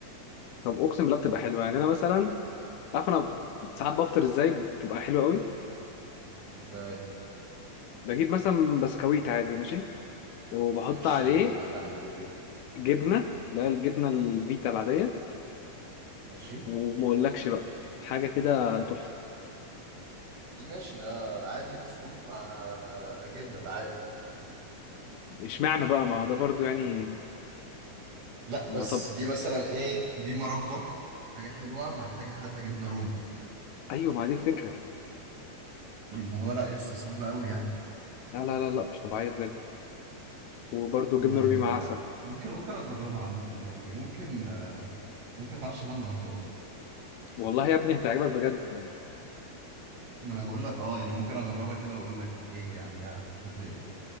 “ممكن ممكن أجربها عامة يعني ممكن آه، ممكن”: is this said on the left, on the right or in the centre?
Right